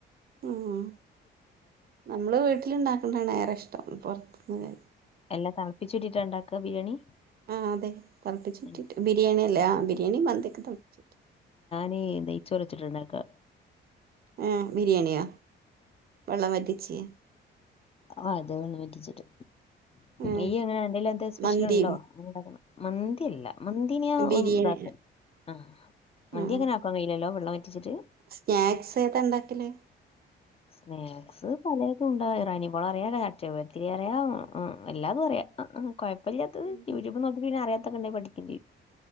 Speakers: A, on the right (about 50°); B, on the left (about 30°).
A: ഉം നമ്മള് വീട്ടിലിണ്ടാക്കണതാണ് ഏറെ ഇഷ്ടം പൊറത്തുന്ന്
B: എല്ല തെളപ്പിച്ചൂറ്റീട്ട എണ്ടാക്കാ ബിരിയാണി.
A: ആഹ് അതെ തെളപ്പിച്ചൂറ്റീട്ട്
B: ഉം.
A: ബിരിയാണി അല്ലേ ആഹ് ബിരിയാണീം മന്തിക്കെ തെളപ്പിച്ചൂറ്റി
B: നെയ് നെയ്ച്ചോറ് വെച്ചിട്ടാ ഇണ്ടാക്കാ
A: ആഹ് ബിരിയാണിയാ വെള്ളം വറ്റിച്ച്
B: ആഹ് അത് വെള്ളം വറ്റിച്ചിട്ട്.
A: ഏ
B: ഇയ്യ് എങ്ങനേ എന്തേലും എന്ത് സ്പെഷ്യലിണ്ടോ
A: മന്തിയും
B: എങ്ങനെണ്ടാക്കിന്നെ. മന്തിയല്ല. മന്തിനാ
A: ബിരിയാണി
B: ഉം ഇതാക്കും ആഹ് മന്തി
A: ആ
B: അങ്ങനെ ആക്കാൻ കഴിയില്ലല്ലൊ വെള്ളം വറ്റിച്ചിട്ട്
A: സ്നാക്സ് ഏതാ ഇണ്ടാക്കല്
B: സ്നാക്സ് പലതുണ്ടാ <unintelligible> ചട്ടിപത്തിരി അറിയാ അഹ് ആഹ് എല്ലാതും അറിയാ അഹ് ആഹ് കൊഴപ്പില്ലാത്തത്
A: ഉം
B: യൂട്യൂബ് നോക്കിട്ട് പിന്നറിയാ ത്തതെണ്ടങ്കിൽ പഠിക്കും ചെയ്യും